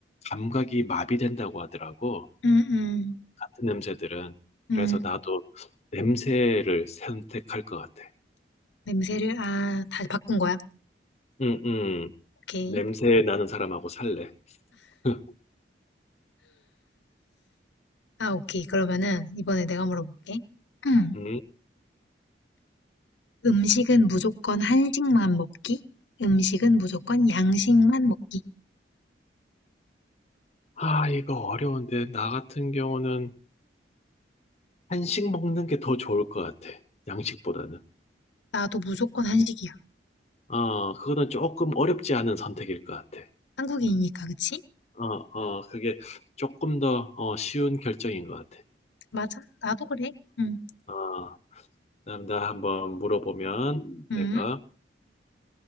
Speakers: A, on the left; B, on the left.
A: 감각이 마비된다고 하더라고.
B: 음, 음,
A: 같은 냄새들은.
B: 음.
A: 그래서 나도 냄새를 선택할 것 같아.
B: 냄새를, 아, 다 바꾼 거야?
A: 음, 음.
B: 오케이.
A: 냄새 나는 사람하고 살래. <laughs>
B: 아, 오케이. 그러면은, 이번에 내가 물어볼게. 음.
A: 음.
B: 음식은 무조건 한식만 먹기? 음식은 무조건 양식만 먹기?
A: 아, 이거 어려운데, 나 같은 경우는 한식 먹는 게 더 좋을 것 같아. 양식보다는.
B: 나도 무조건 한식이야.
A: 어, 그거는 조금 어렵지 않은 선택일 것 같아.
B: 한국인이니까, 그치?
A: 어, 어, 그게 조금 더 어, 쉬운 결정인 것 같아.
B: 맞아. 나도 그래. 응,
A: 어, 어, 그다음 나 한번 물어보면
B: 응,
A: 내가,